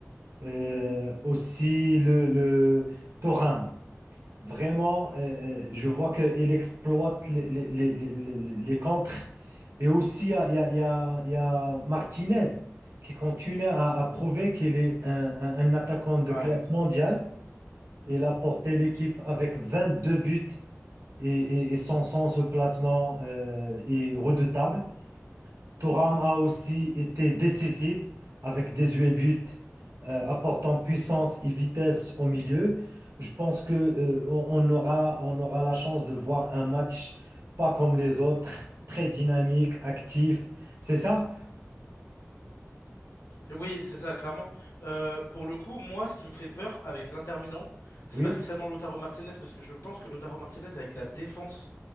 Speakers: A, on the right; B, on the left.
A: Euh, aussi le, le Thuram. Vraiment, euh, euh, je vois qu'il exploite les, les, les, les, les- les contres. Et aussi, il y a, il y a- il y a- il y a Martinez qui continue à, à prouver qu'il est un, un- un attaquant de
B: Ouais.
A: classe mondiale. Il a porté l'équipe avec 22 buts et, et, et son sens de placement euh, est redoutable. Thuram a aussi été décisif avec 18 buts, euh, apportant puissance et vitesse au milieu. Je pense que, euh, on on aura, on aura la chance de voir un match pas comme les autres, très dynamique, actif. C'est ça?
B: Oui, c'est ça, clairement. Euh, pour le coup, moi, ce qui me fait peur avec l'Inter Milan, c'est
A: Oui.
B: pas spécialement Lautaro Martinez, parce que je pense que Lautaro Martinez, avec la défense